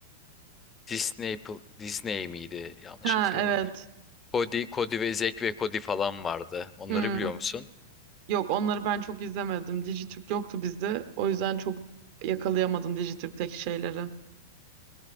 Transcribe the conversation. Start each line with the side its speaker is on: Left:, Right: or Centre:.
Left: Disney Pl- Disney miydi? Yanlış
Right: Ha
Left: hatırlamıyorum.
Right: evet.
Left: Cody, Cody ve Zack ve Cody falan vardı. Onları
Right: Hmm,
Left: biliyor musun?
Right: Yok onları ben çok izlemedim. Dijitürk yoktu bizde. O yüzden çok yakalayamadım Dijitürk'teki şeyleri.